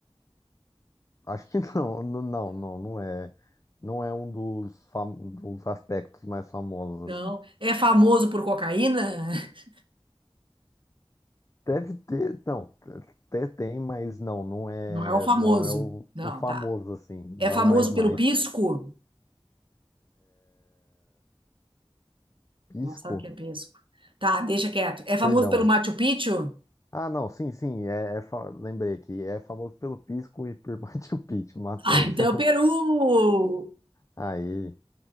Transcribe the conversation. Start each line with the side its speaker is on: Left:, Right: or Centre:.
Left: Acho que <laughs> não, n- não, não, não é. Não é um dos, fam- dos aspectos mais famosos.
Right: Não.
Left: assim.
Right: É famoso por cocaína? <laughs>
Left: Deve ter, não, até tem, mas não, não é,
Right: Não é o famoso.
Left: não é o,
Right: Não,
Left: o famoso
Right: tá.
Left: assim,
Right: É
Left: não
Right: famoso
Left: é o mais mais.
Right: pelo pisco?
Left: Pisco?
Right: Não sabe o que é pisco. Tá, deixa quieto. É famoso
Left: Perdão.
Right: pelo Machu Picchu?
Left: Ah, não, sim, sim, é, é fa- lembrei aqui, é famoso pelo Pisco e por <laughs> Machu Picchu, matou
Right: Ah, então
Left: já.
Right: é o Peru!
Left: Aí,